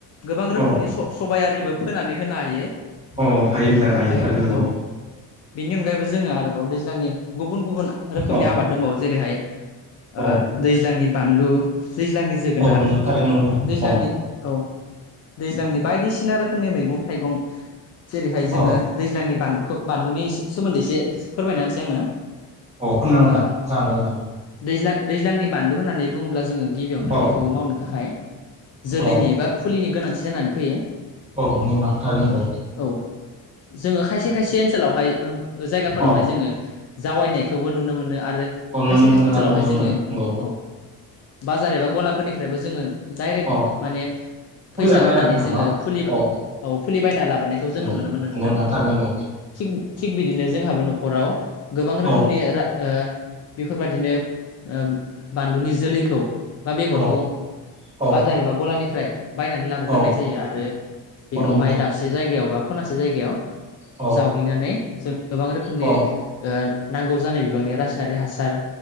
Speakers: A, on the left (about 45°); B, on the right (about 20°).
A: गोबां रोखोमनि
B: औ
A: सबायारिबो फोनानै होनो हायो
B: अ हायो नोंथां
A: ओमफाय
B: हायो थारै‌ नांगौ
A: औ बेनि अनगायैबो जोङो आरोबाव दैज्लांनि गुबुन गुबुन रोखोमनि
B: औ
A: आबाद दंबावो जेरैहाय ओ
B: औ
A: दैज्लांनि बानलु दैज्लांनि जोगोनार
B: औ नंगौ थारैनो नंगौ नोंथां
A: दैज्लांनि
B: औ
A: औ दैज्लांनि बायदिसिना रोखोमनि मैगं-थाइगं जेरैहाय जोङो
B: औ
A: दैज्लांनि बानलु बानलुनि एसे सोमोन्दै एसे फोरमायना होनसै आङो।
B: औ फोरमायना नोंथां
A: ओ
B: जागोन दे नोंथां
A: दैज्लां दैज्लांनि बानलु होननानै बुङोब्ला जोङो गिबियावनो
B: औ
A: बेखौ मावनो थाखाय जोलैनि
B: औ
A: एबा फुलिनि गोनांथि जानानै फैयो।
B: औ नंगौ नोंथां थारैनो नंगौ।
A: ओ औ जोङो खायसे खायसे ओनसोलावहाय ओ जायगाफोरावहाय
B: औ
A: जोङो जावायनायखौबो नुनो मोनो आरो आरो
B: औ नुनो
A: खायसे
B: मोनो
A: खायसे
B: नोंथां
A: ओनसोलावहाय
B: नुनो मोनो
A: जोङो
B: नंगौ
A: औ बाजार एबा गलाफोरनिफ्रायबो जोङो डायरेक्ट
B: अ
A: माने
B: फुलि
A: फैसा
B: जाबनो हायो
A: होनानै
B: आरो नोंथां
A: जोङो
B: न'
A: फुलि
B: औ
A: औ फुलि बायना लाबोनायखौ जों
B: नंगौ
A: नुनो मोनो नोंथां।
B: नंगौ थारैनो नंगौ
A: थिग थिग बिदिनो जोंहाबो न'खराव गोबां रोखोमनि
B: औ
A: रा ओ बेफोरबादिनो ओ बानलुनि जोलैखौ बा बेगरखौ
B: औ औ
A: बाजार एबा गलानिफ्राय बायनानै लाबोग्रोनाय
B: औ
A: जायो आरो बेखौहाय
B: औ नोंथां
A: दाबसे जायगायाव बा खनासे जायगायाव
B: औ
A: जावग्लिनानै जों गोबां रोखोमनि
B: औ
A: ओ नांगौ जानाय बिबांनि रासायनारि हासार